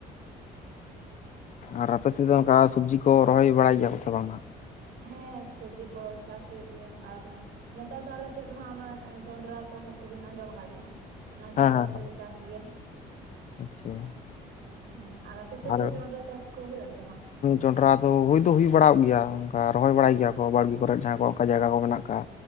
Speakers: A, on the left; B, on the right.
A: ᱟᱨ ᱟᱯᱮ ᱥᱮᱫ ᱫᱚ ᱚᱱᱠᱟ ᱥᱚᱵᱽᱡᱤ ᱠᱚ ᱨᱚᱦᱚᱭ ᱵᱟᱲᱟᱭ ᱜᱮᱭᱟ ᱠᱚ ᱥᱮ ᱵᱟᱝ?
B: ᱦᱮᱸ, ᱥᱚᱵᱽᱡᱤ ᱠᱚ ᱪᱟᱥ ᱦᱩᱭᱩᱜ ᱜᱮᱭᱟ ᱟᱨ ᱱᱮᱛᱟᱨ ᱫᱚ ᱟᱞᱮ ᱥᱮᱫ ᱫᱚ ᱦᱟᱸᱜ ᱚᱱᱟ ᱡᱚᱱᱰᱨᱟ ᱠᱚ ᱦᱚᱭ ᱛᱚ ᱵᱤᱱ ᱟᱸᱡᱚᱢ ᱟᱠᱟᱫ ᱜᱮᱭᱟ᱾ ᱚᱱᱟ ᱡᱚᱱᱰᱨᱟ
A: ᱦᱮᱸ ᱦᱮᱸ
B: ᱠᱚᱞᱮ ᱪᱟᱥ ᱜᱮᱭᱟ᱾
A: ᱟᱪᱪᱷᱟ᱾
B: ᱦᱮᱸ, <unintelligible>
A: <unintelligible>
B: ᱡᱚᱱᱰᱨᱟ ᱪᱟᱥ ᱠᱚ ᱦᱩᱭᱩᱜ ᱟᱥᱮ ᱵᱟᱝ
A: ᱡᱚᱸᱰᱨᱟ ᱫᱚ ᱦᱩᱭ ᱫᱚ ᱦᱩᱭ ᱵᱟᱲᱟᱣᱜ ᱜᱮᱭᱟ᱾ ᱚᱱᱠᱟ ᱨᱚᱦᱚᱭ ᱵᱟᱲᱟᱭ ᱜᱮᱭᱟ ᱠᱚ ᱵᱟᱲᱜᱤ ᱠᱚᱨᱮ ᱡᱟᱦᱟᱸᱭ ᱠᱚᱣᱟᱜ ᱚᱱᱠᱟ ᱡᱟᱭᱜᱟ ᱠᱚ ᱢᱮᱱᱟᱜ ᱠᱟᱜ-ᱟ᱾